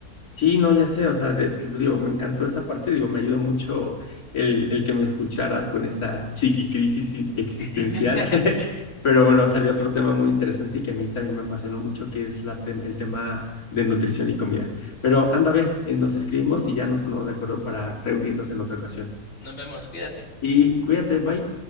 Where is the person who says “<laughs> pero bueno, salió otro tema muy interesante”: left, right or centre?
Left